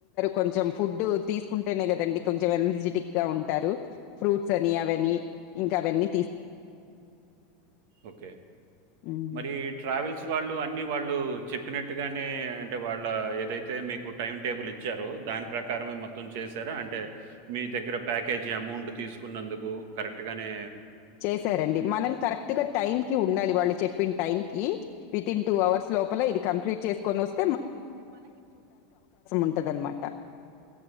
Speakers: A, on the left; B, on the right.
A: కొంచెం ఫుడ్ తీసుకుంటేనే కదండీ కొంచెం ఎనర్జిటిక్ గా ఉంటారు ఫ్రూట్స్ అని అవి అని ఇంకా అవి అన్ని
B: ఒకే
A: హ్మ్.
B: మరి ట్రావెల్స్ అని వాళ్ళు చెప్ డేఫినెట్ గానే అంటే వాళ్ళ ఏదైతే మీకు టైం టేబుల్ ఇచ్చారు దాని ప్రకారమే మొత్తం చేసారా అంటే మీ దగ్గర ప్యాకేజీ అమౌంట్ తీసుకున్నందుకు కరెక్ట్ గానే
A: చేశారండి మనం కరెక్ట్ గా టైమ్ కి ఉండాలి వాళ్ళు చెప్ టైమ్ కి వితిన్ టూ అవర్స్ లోపల ఇది కంప్లీట్ చేసుకొని వస్తు
B: హ్మ్
A: ఉంటదనమాట